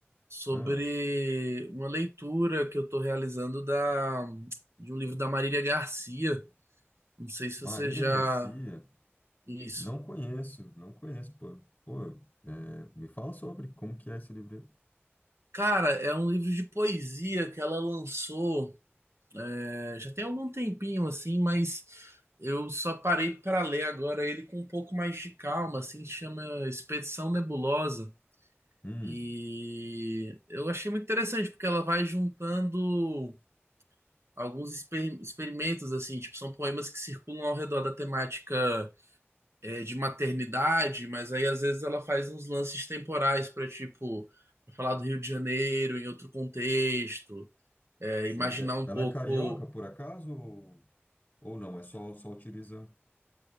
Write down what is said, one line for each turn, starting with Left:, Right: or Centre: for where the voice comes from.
Right: sobre
Left: Ah,
Right: uma leitura que eu tô realizando da, de um livro da Marília Garcia. Não sei se
Left: Marília
Right: você já.
Left: Garcia,
Right: Isso.
Left: não conheço, não conheço, pô. Pô, é, me fala sobre como que é esse livro aí.
Right: Cara, é um livro de poesia que ela lançou. É, já tem algum tempinho assim, mas eu só parei para ler agora ele com um pouco mais de calma, assim, chama Expedição Nebulosa.
Left: Hum,
Right: E eu achei muito interessante porque ela vai juntando alguns exper- experimentos assim, tipo, são poemas que circulam ao redor da temática é, de maternidade, mas aí às vezes ela faz uns lances temporais para tipo pra falar do Rio de Janeiro em outro contexto, é,
Left: sei-
Right: imaginar
Left: é-
Right: um
Left: ela
Right: pouco
Left: é carioca, por acaso? Ou, ou não, é só, só utiliza...